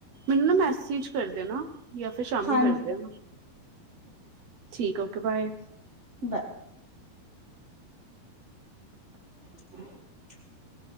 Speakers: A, on the right; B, on the right.
A: ਮੈਨੂੰ ਨਾ ਮੈਸੇਜ ਕਰ ਦੇਨਾ ਯਾ ਫਿਰ ਸ਼ਾਮੀ
B: ਹਾਂਜੀ
A: ਕਰਦੇ ਆ। ਠੀਕ ਓਕੇ ਬਾਏ।
B: ਬਾਏ। <unintelligible>